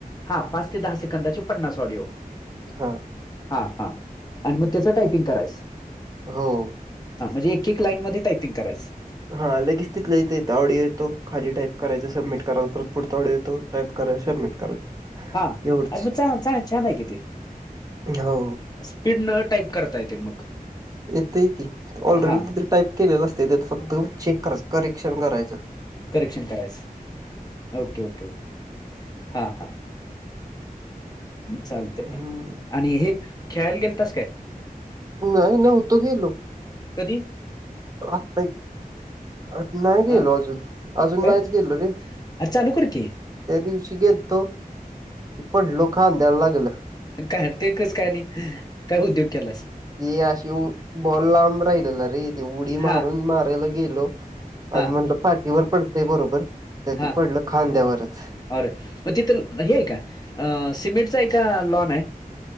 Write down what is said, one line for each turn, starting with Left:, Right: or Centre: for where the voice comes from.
Left: हां पाच ते दहा सेकंदाचे पन्नास ऑडिओ.
Right: हां.
Left: हा हा आणि मग त्याच टायपिंग करायचं?
Right: हो.
Left: हां म्हणजे एक एक लाईन मध्ये टायपिंग करायचं.
Right: हा लगेच तिथल्या तिथं येत ऑडिओ येतो खाली टाईप करायचं सबमिट करा परत पुढचा ऑडिओ येतो टाईप करा सबमिट करा.
Left: हा
Right: एवढंच.
Left: अरे मग चाग छा छान आहे कि ते.
Right: हो,
Left: स्पीडन टाईप करता येते मग.
Right: येतंय की ऑलरेडी
Left: हा
Right: तीथ टाईप केलेलं असतय त्यात फक्त चेक कराचं करेक्शन करायचं.
Left: करेक्शन करायचं ओके ओके ओके हां हां. चालतय
Right: हं.
Left: आणि हे खेळायल गेलतास काय?
Right: नाई नव्हतो गेलो.
Left: कधी?
Right: आता आ नाही
Left: अ
Right: गेलो अजून अजून
Left: काय
Right: नाहीच गेलो रे.
Left: अरे चालू कर की.
Right: त्या दिवशी गेलतो पडलो खांद्याला लागलं.
Left: अन काय ते कसं काय आणि काय उद्योग केलास?
Right: ती अशी उ बॉल लांब राहिलेला रे ती उडी
Left: हा
Right: मारून मारायला गेलो.
Left: हा
Right: आण म्हटलं पाठीवर पडतंय बरोबर त
Left: हा
Right: ते पडलं खांद्यावरच.
Left: अरे मग तिथे न हे आहे का अ सिमेंटचा आहे का लॉन आहे.